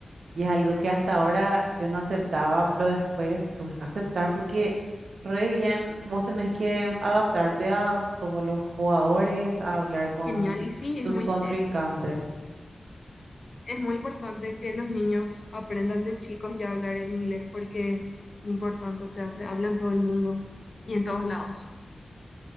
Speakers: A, on the right; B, on the left.
A: Y es algo que hasta ahora yo no aceptaba, pero después tuve que aceptar porque re bien, vos tenés que adaptarte a todos los jugadores, a hablar con
B: Genial. Y sí, es
A: tus
B: muy,
A: contrincantes.
B: es, es muy importante que los niños aprendan de chicos ya a hablar el inglés porque es importante, o sea, se habla en todo el mundo y en todos lados.